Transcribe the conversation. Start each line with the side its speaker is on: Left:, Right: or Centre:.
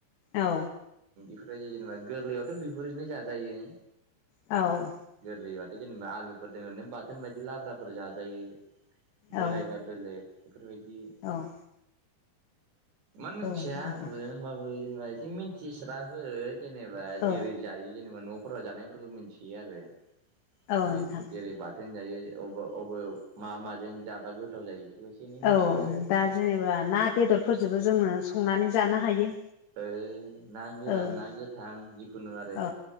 Left: औ
Right: इफोरबायदि जेनेबा गोरलैयावथ' बिगुरैनो जाजायो
Left: औ
Right: गैबाथाय जेनेबा आलुफोर दोङो ओरैनो बाथोन बायदि लाब्राफोर जाजायो बोरायबा
Left: औ
Right: बेलेग बेफोरबायदि
Left: औ
Right: मानो मिथिया
Left: औ नोंथां
Right: आंबो होमबाबो जेनेबा एसे मिथिस्राबो जेनेबा
Left: औ
Right: जेरै जायो जेनेबा न' फराव जानायफोरखौ मिथियो आरो
Left: औ
Right: ओरै
Left: नोंथां
Right: जेरै बा थोन जायो <unintelligible> अबे मा माजों जाब गोथाव जायो बेफोरखौ एसे एनै मिथियो
Left: औ
Right: आरो
Left: दा जेनेबा ना बेदरफोरजोंबो जोङो संनानै जानो हायो
Right: ओइ ना गोरान
Left: औ
Right: ना गोथां जिखुनु आरो
Left: औ